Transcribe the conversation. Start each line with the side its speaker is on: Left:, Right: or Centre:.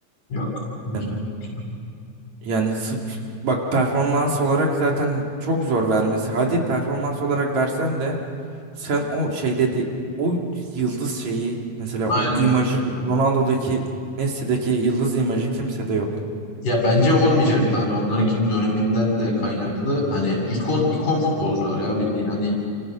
Left: Yok. Yok,
Right: Yani
Left: yok. ya.
Right: Yani sırf- bak performans olarak zaten çok zor vermesi. Hadi performans olarak versen de sen o şey dedi o yıldız şeyi mesela
Left: Aynen.
Right: o imajı
Left: Aynen.
Right: Ronaldo'daki Messi'deki yıldız imajı kimsede yok.
Left: Ya bence olmayacaktı hani onlarınki döneminden de kaynaklı
Right: Hı hı.
Left: hani ikon ikon futbolcular ya bildiğin hani